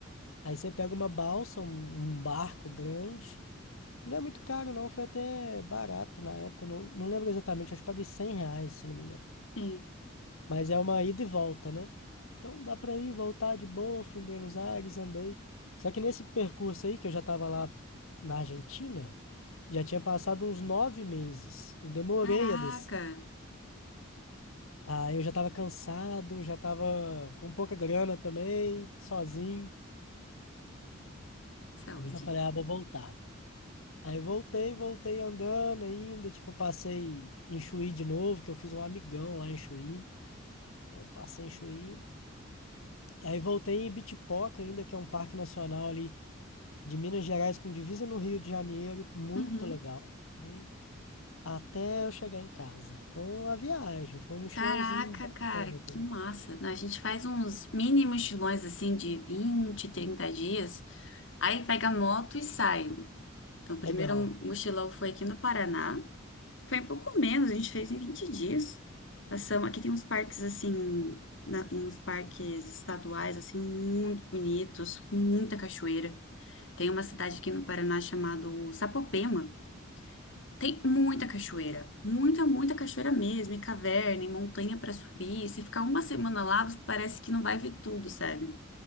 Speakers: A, on the left; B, on the left.
A: Aí você pega uma balsa, um, um barco grande. Não é muito caro, não. Foi até barato na época. Não, não lembro exatamente, acho que paguei 100 reais, se não me engano.
B: Sim.
A: Mas é uma ida e volta, né? Então dá pra ir, voltar de boa. Fui em Buenos Aires, andei. Só que nesse percurso aí, que eu já tava lá na Argentina, já tinha passado uns nove meses. Eu demorei
B: Caraca.
A: a descer. Aí eu já tava cansado, já tava com pouca grana também, sozinho.
B: Saúde.
A: Eu falei, ah, vou voltar. Aí voltei, voltei andando ainda, tipo, passei em Chuí de novo, que eu fiz um amigão lá em Chuí. Então passei em Chuí. Aí voltei em Ibitipoca ainda, que é um parque nacional ali de Minas Gerais com divisa no Rio de Janeiro, muito
B: Uhum.
A: legal. hein? Até eu chegar em casa. Foi uma viagem, foi um mochilãozinho
B: Caraca,
A: bacana
B: cara,
A: também.
B: que massa. né? A gente faz uns mini mochilões assim de 20, 30 dias, aí pega a moto e sai. né? Então, o primeiro
A: Legal.
B: mochilão foi aqui no Paraná. Foi um pouco menos, a gente fez em 20 dias. Passamos, aqui tem uns parques assim, na- uns parques estaduais assim muito bonitos, com muita cachoeira. Tem uma cidade aqui no Paraná chamada Sapopema. Tem muita cachoeira, muita, muita cachoeira mesmo, e caverna, e montanha para subir. Se ficar uma semana lá, parece que não vai ver tudo, sabe?